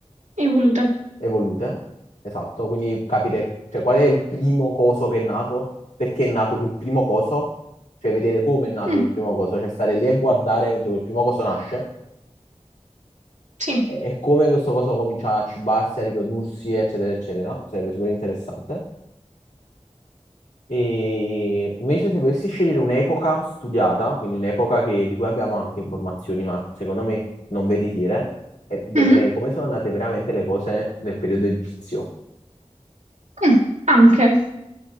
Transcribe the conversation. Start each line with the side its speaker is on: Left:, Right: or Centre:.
Right: Evolute.
Left: evolute. Esatto, quindi capire, cioè, qual è il primo coso che è nato, perché è nato quel primo coso, cioè vedere come è nato
Right: Mm,
Left: quel primo coso, cioè stare lì e guardare mentre quel primo coso nasce
Right: sì.
Left: e come questo coso comincia a cibarsi, a riprodursi, eccetera, eccetera. Sarebbe super interessante. E invece, se volessi scegliere un'epoca studiata, quindi un'epoca che- di cui abbiamo anche informazioni, ma secondo me non veritiere, e vedrei
Right: Mhm,
Left: come sono andate veramente le cose nel periodo egizio.
Right: mm, Anche.